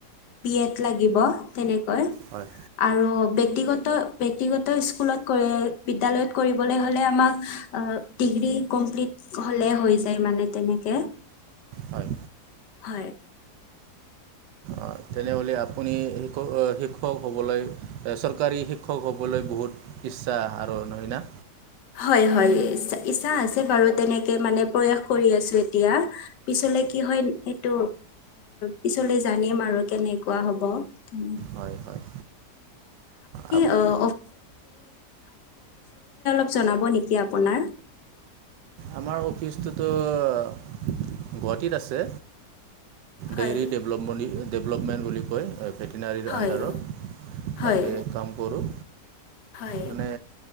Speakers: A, on the left; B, on the right.
A: পি এট লাগিব, তেনেকৈ
B: হয়
A: আৰু ব্যক্তিগত, ব্যক্তিগত স্কুলত বিদ্যালয়ত কৰিবলৈ হ'লে আমাক ডিগ্ৰী, কমপ্ট হলে হৈ যায় মানে তেনেকে
B: হয়
A: হয়।
B: অঁ, তেনেহ'লে আপুনি শ্ষ শিক্ষক হ'বলৈ চৰকাৰী, শিক্ষক হ'বলৈ বহুত ইচ্ছা আৰ ন, হয়য় ন।
A: হয়, হয়, ইচ্ছা আছে বাৰু তেনেকে মানে প্ৰয়াস কৰি আছো, এতিয়া পিছত পিছলে কি হয়, সেইটো পিছলে জানিম আৰু কেনেকুৱা হ'ব তেনে
B: হয় হয় হয় আ-
A: অ', অ'। জনাব নেকি আপোনাৰ?
B: আমাৰ অফিচটোতো গুৱাহাটীত আছে।
A: হয়
B: ডেইৰী ডেভলপমি, ডেভলপমেণ্ট বুলি কয়। ভেটেনাৰীৰ
A: হয়
B: আণ্ডাৰত
A: হয়
B: তাতে কাম কৰোঁ।
A: হয়।
B: মানে